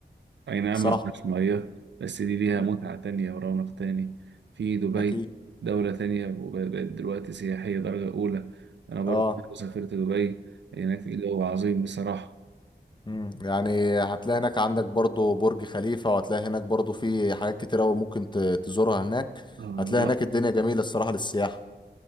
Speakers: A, on the right; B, on the left.
A: أي نعم
B: صح
A: ما فيهاش مياه بس دي ليها
B: مم.
A: متعة تانية ورونق تاني في دبي
B: أكيد
A: دولة تانية وبقت دلوقتي سياحية درجة أولى أنا برضو
B: اه
A: سافرت دبي هناك الجو عظيم بصراحة
B: مم. يعني هتلاقي هناك عندك برضو برج خليفة وهتلاقي هناك برضو في حاجات كتير أوي ممكن ت- تزورها هناك
A: آه،
B: هتلاقي هناك الدنيا جميلة الصراحة للسياحة